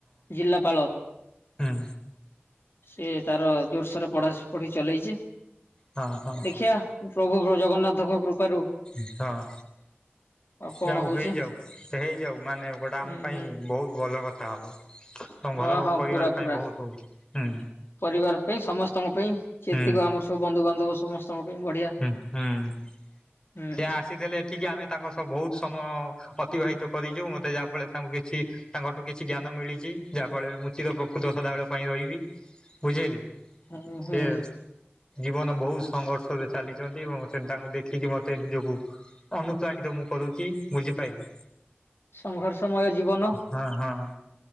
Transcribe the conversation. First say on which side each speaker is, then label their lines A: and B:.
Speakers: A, on the left (about 65°); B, on the left (about 20°).
A: ଜିଲ୍ଲାପାଳ।
B: ହୁଁ।
A: ସିଏ ତା ର ଜୋରସୋରରେ ପଢ଼ା ପଢ଼ି ଚଲେଇଛି।
B: ହଁ ହଁ
A: ଦେଖିବା ପ୍ରଭୁ ଜଗନ୍ନାଥଙ୍କ କୃପାରୁ
B: ହୁଁ ହଁ।
A: ଆଉ କଣ
B: ଯାଉ
A: ହଉଛି
B: ହେଇଯାଉ ହେଇଯାଉ ମାନେ ଗୋଟେ ଆମ
A: ହୁଁ
B: ପାଇଁ
A: ହୁଁ
B: ବହୁତ୍ ଭଲ କଥା ହବ। ତମ ଘର
A: ହଁ ହଁ
B: ପରିବାର
A: ପୁରା
B: ପାଇଁ
A: ପୁରା
B: ବହୁତ୍ ହୁଁ।
A: ପରିବାର ପାଇଁ ସମସ୍ତଙ୍କ ପାଇଁ ଯେତିକ
B: ହୁଁ
A: ଆମର ସବୁ ବନ୍ଧୁ ବାନ୍ଧବ ସମସ୍ତଙ୍କ ପାଇଁ ବଢିଆ।
B: ହୁଁ ହୁଁ
A: ହୁଁ
B: ସେ ଆସିଥିଲେ ଏଠିକି ଆମେ ତାଙ୍କ ସହ ବହୁତ୍ ସମୟ ଅତିବାହିତ କରିଛୁ ମତେ ଯାହାଫଳରେ ତାଙ୍କୁ କିଛି ତାଙ୍କଠୁ କିଛି ଜ୍ଞାନ ମିଳିଛି ଯାହା ଫଳରେ ମୁଁ ଚିରଉପ୍କୃତ ସଦାବେେଳ ପାଇଁ ରହିବି ବୁଝେଇଲେ?
A: ହୁଁ ହୁଁ
B: ସେ ଜୀବନ ବହୁତ ସଂଘର୍ଷ। ଚାଲିଛନ୍ତି ଏବଂ ସେ ତାଙ୍କୁ ଦେଖିକି ମତେ ନିଜକୁ ଅନୁପ୍ରାଣିତ ମୁଁ କରୁଛି ବୁଝିପାଇଲି।
A: ସଂଘର୍ଷମୟ ଜୀବନ।
B: ହଁ ହଁ।